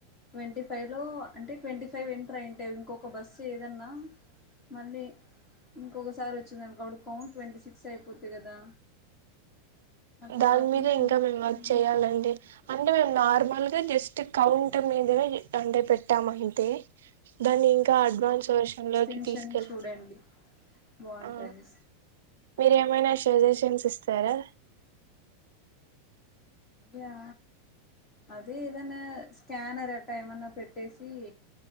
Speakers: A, on the left; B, on the right.
A: ట్వంటీ ఫైవ్ లో అంటే ట్వంటీ ఫైవ్ ఎంటరయ్యుంటే ఇంకొక బస్సు ఏదన్నా మళ్ళీ ఇంకొక సారి వచ్చిందనుకో అప్పుడు కౌంట్ ట్వంటీ సిక్స్ అయిపోతది కదా అట్లా
B: దాని
A: కాకుండా
B: మీద ఇంకా మేము వర్క్
A: ఉమ్
B: చేయాలండి అంటే మేము నార్మల్ గా జస్ట్ కౌంట్ మీదనే అంటే పెట్టామంతే దాన్ని ఇంకా అడ్వాన్స్ వర్షన్ లోకి
A: ఇన్షన్
B: తీసుకెళ్
A: చూడండి బాగుంటది
B: ఆ మీరు ఏమైనా సజెషన్స్ ఇస్తారా
A: యా అదే ఏదన్నా స్కానర్ అట్టా ఏమన్నా పెట్టేసి